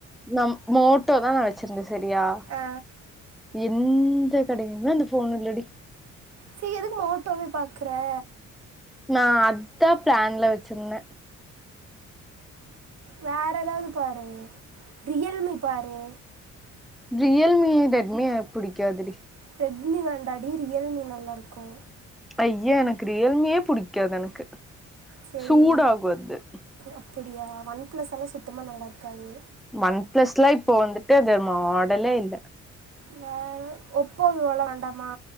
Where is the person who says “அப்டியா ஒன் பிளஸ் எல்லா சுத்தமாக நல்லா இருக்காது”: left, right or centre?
Right